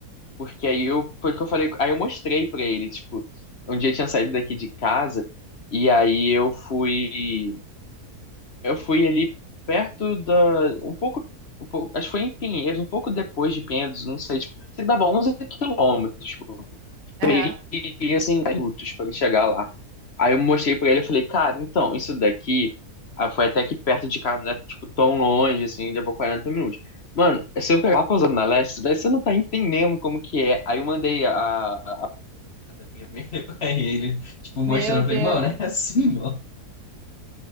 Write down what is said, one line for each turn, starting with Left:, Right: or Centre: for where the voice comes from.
Left: Porque aí eu, foi o que eu falei, aí eu mostrei pra ele, tipo, um dia eu tinha saído daqui de casa e aí eu fui, eu fui ali perto da, um pouco, um pouco, acho que foi em Pinheiros, um pouco depois de Pinheiros, não sei, tipo, sei que dava 11 quilômetros, tipo,
Right: <laughs> Aham.
Left: e minutos pra chegar lá. Aí eu mostrei pra ele, eu falei, cara, então, isso daqui ah, foi até aqui perto de casa, não é, tipo, tão longe, assim, levou 40 minutos. Mano, se eu pegar lá na Zona Leste, daí você não tá entendendo como que é. Aí eu mandei a, da minha amiga <laughs> pra ele, tipo,
Right: Meu
Left: mostrando, eu falei,
Right: Deus,
Left: mano, é assim, ó.